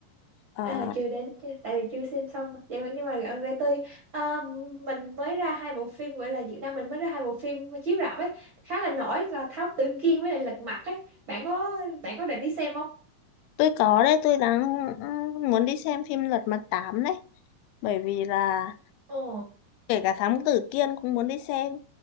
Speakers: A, on the left; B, on the right.
A: à,
B: À, chưa đến chứ tại vì chưa xem xong mà. Vậy mà- nhưng mà gần đây tôi à, mình mới ra hai bộ phim gọi là Việt Nam mình mới ra hai bộ phim chiếu rạp ấy khá là nổi là Thám Tử Kiên với lại Lật Mặt ấy bạn có bạn có định đi xem không?
A: tôi có đấy tôi đang muốn đi xem phim Lật Mặt 8 đấy bởi vì là
B: Ồ
A: kể cả Thám Tử Kiên cũng muốn đi xem